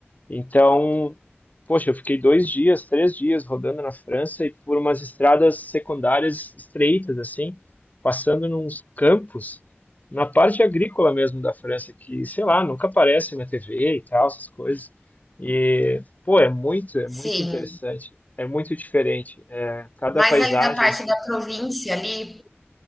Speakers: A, on the left; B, in the centre.
A: Então, poxa, eu fiquei dois dias, três dias rodando na França e por umas estradas secundárias estreitas, assim, passando nos campos, na parte agrícola mesmo da França, que, sei lá, nunca aparece na TV e tal, essas coisas. E, pô, é muito, é
B: sim.
A: muito interessante, é muito diferente. É, cada
B: Mas
A: paisagem,
B: ali da parte
A: assim.
B: da província ali,